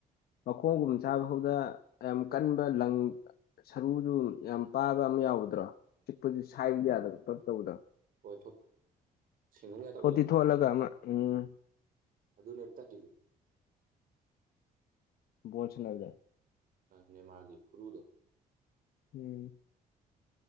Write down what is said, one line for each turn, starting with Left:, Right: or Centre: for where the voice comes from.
Left: ꯃꯈꯣꯡꯒꯨꯝ ꯆꯥꯕ ꯐꯥꯎꯗ ꯌꯥꯝ ꯀꯟꯕ ꯂꯪ ꯁꯔꯨꯁꯨ ꯌꯥꯝ ꯄꯥꯕ ꯑꯃ ꯌꯥꯎ ꯇꯧꯗ꯭ꯔꯣ ꯆꯤꯛꯄꯁꯤ ꯁꯥꯏꯕ ꯌꯥꯗꯕ ꯄꯛ ꯇꯧꯕꯗꯣ
Right: ꯑꯣꯏ ꯊ‌ꯣꯛ ꯁꯦꯡꯗꯣꯡꯒꯦ ꯇꯧꯕꯗꯣ
Left: ꯊꯣꯠꯇꯤ ꯊꯣꯠꯂꯒ ꯑꯃ ꯎꯝ
Right: ꯑꯗꯨꯅꯦꯝ ꯇꯛꯈꯤꯁꯤ
Left: ꯕ‌ꯣꯜ ꯁꯅꯥꯕꯗ‌ꯣ
Right: ꯅꯦꯃꯥꯔꯒꯤ ꯈꯨꯔꯨꯗꯣ
Left: ꯎꯝ